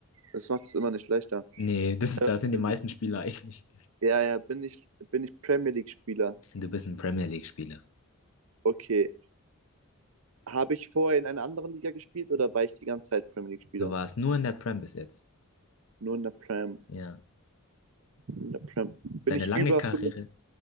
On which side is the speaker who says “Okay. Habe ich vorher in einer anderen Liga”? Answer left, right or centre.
Right